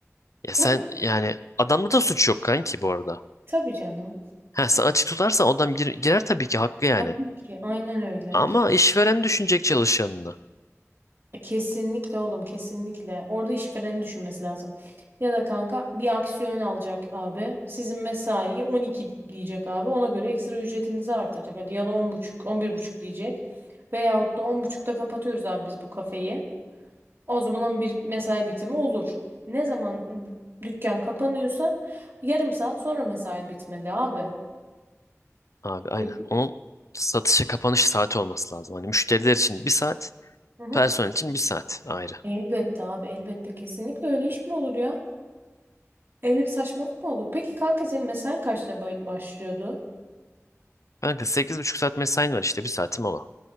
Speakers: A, on the left (about 75°); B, on the right (about 50°).
A: ya sen
B: Hı,
A: yani adamda da suç yok kanki bu arada.
B: Tabii canım.
A: Ha, sen açık tutarsan adam gir- girer tabii ki haklı yani.
B: Tabii ki aynen öyle.
A: Ama
B: Ki
A: işveren düşünecek çalışanını.
B: Kesinlikle oğlum kesinlikle. Orada işvereni düşünmesi lazım. Ya da kanka bir aksiyon alacak abi. Sizin mesaiyi 12 diyecek abi. Ona göre ekstra ücretinizi artıracak. Hadi ya da 10.30, 11.30 diyecek. Veyahut da 10.30'da kapatıyoruz abi biz bu kafeyi. O zaman 11 mesai bitimi olur. Ne zaman dükkan kapanıyorsa yarım saat sonra mesai bitmeli abi.
A: Abi aynen.
B: Öyle değil
A: Onun satışa kapanış saati olması lazım. Hani müşteriler için bir saat,
B: mi? Hı
A: personel
B: hı.
A: için bir saat ayrı.
B: Elbette abi elbette kesinlikle öyle iş mi olur ya? Öyle bir saçmalık mı olur? Peki kanka senin mesain kaçta ba- başlıyordu?
A: Kanka 8,5 saat mesain var işte bir saatim ola.